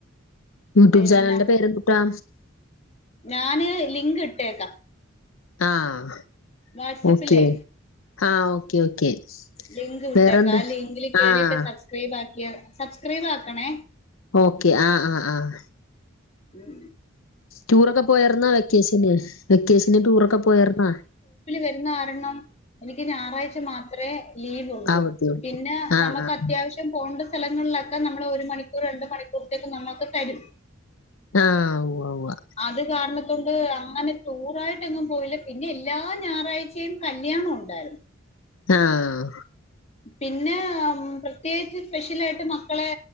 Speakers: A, on the left; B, on the left.
A: യൂട്യൂബ്
B: പിന്നെ
A: ചാനലിന്റെ പേരെന്തുട്ടാ?
B: ഞാന് ലിങ്ക് ഇട്ടേക്കാം
A: ആഹ്
B: വാട്സപ്പിലേ
A: ഓക്കെ ആഹ് ഓക്കെ ഓക്കെ
B: ലിങ്ക് വിട്ടേക്കാ
A: വേറെന്ത്
B: ആ ലിങ്കില് കേറീട്ട്
A: ആഹ്
B: സബ്സ്ക്രൈബ് ആക്കിയാ സബ്സ്ക്രൈബ് ആക്കണേ
A: ഓക്കെ ആഹ് ആഹ് ആഹ്
B: ഉം
A: ടൂറൊക്കെ പോയാരുന്നാ വെക്കേഷന് വെക്കേഷന് ടൂറൊക്കെ പോയാരുന്നാ?
B: വെരുന്ന കാരണം എനിക്ക് ഞായറാഴ്ച്ച മാത്രേ ലീവൊള്ളൂ
A: അവധിയോണ്ട്
B: പിന്നെ
A: ആഹ്
B: നമ്മക്ക്
A: ആഹ്
B: അത്യാവശ്യം ശ്യം പോണ്ടെ സ്ഥലങ്ങളിലൊക്കെ നമ്മള് ഒരു മണിക്കൂറ് രണ്ട് മണിക്കൂറത്തേക്ക് നമ്മൾക്ക് തരും
A: ആഹ് ഉവ്വാ ഉവ്വാ
B: അത് കാരണ അതുകൊണ്ട് അങ്ങനെ ടൂറായിട്ടെങ്ങും പോയില്ലാ പിന്നെ എല്ലാ ഞായറാഴ്ച്ചയും കല്യാണം ഒണ്ടായിരുന്നു
A: ആഹ്
B: പിന്നെ പ്രത്യേകിച്ച് സ്പെഷ്യലായിട്ട് മക്കളെ